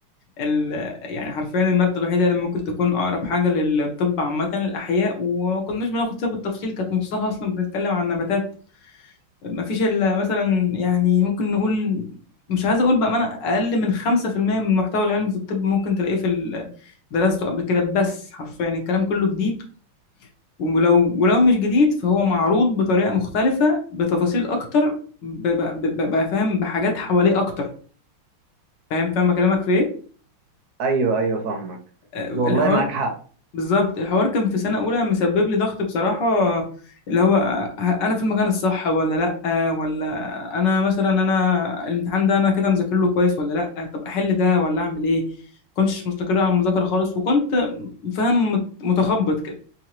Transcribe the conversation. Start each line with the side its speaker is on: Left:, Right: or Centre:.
Left: ال يعني حرفيا المادة الوحيدة اللي ممكن تكون أقرب حاجة للطب عامة الأحياء وما كناش بناخد فيها بالتفصيل كانت نصها أصلا بنتكلم عن نباتات ما فيش إلا مثلا يعني ممكن نقول مش عايز أقول بأمانة أقل من 5% من المحتوى العلمي في الطب ممكن تلاقيه في ال- درسته قبل كده بس حرفيا الكلام كله جديد ولو ولو مش جديد فهو معروض بطريقة مختلفة بتفاصيل أكتر ب- ب- ب- بقى فاهم بحاجات حواليه أكتر فاهم فاهم كلامك في إيه؟
Right: ايوه ايوه فاهمك
Left: آه، الحوار
Right: والله معاك حق
Left: بالظبط الحوار كان في سنة أولى مسبب لي ضغط بصراحة اللي هو ه- أنا في المكان الصح ولا لأ ولا أنا مثلا أنا الامتحان ده أنا كده مذاكر له كويس ولا لأ طب أحل ده ولا أعمل إيه كنتش مستقر على المذاكرة خالص وكنت فاهم مت- متخبط كده